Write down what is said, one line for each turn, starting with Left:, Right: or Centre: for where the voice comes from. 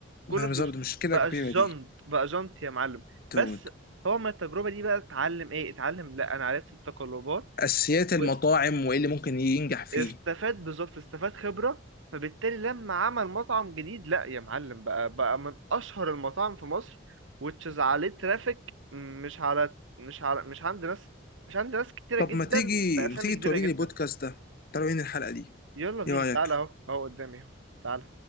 Left: لا
Right: كل
Left: بالظبط
Right: فلوسه
Left: مشكله
Right: بقى
Left: كبيره
Right: جنط
Left: دي
Right: بقى جنط يا معلم
Left: دود
Right: بس هو من التجربة دي بقى اتعلم ايه اتعلم لا انا عرفت التقلبات
Left: اساسيات المطاعم
Right: و...
Left: وايه اللي ممكن ينجح فيه
Right: استفاد بالظبط استفاد خبرة فبالتالي لما عمل مطعم جديد لا يا معلم بقى بقى من أشهر المطاعم في مصر وتشز عليه ترافيك مش على مش على مش عند ناس مش عند ناس كتيرة
Left: طب
Right: جدا
Left: ما تيجي
Right: بأسامي
Left: ما تيجي
Right: كبيرة
Left: توريني
Right: جدا
Left: البودكاست ده تعالوا هنا الحلقه دي
Right: يلا بينا
Left: ايه رايك
Right: تعالى أهو أهو قدامي أهو تعالى